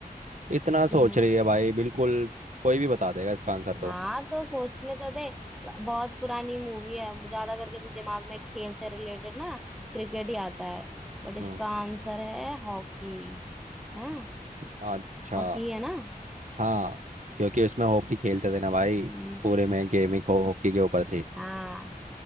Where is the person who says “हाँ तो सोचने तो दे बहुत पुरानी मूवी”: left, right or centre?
Centre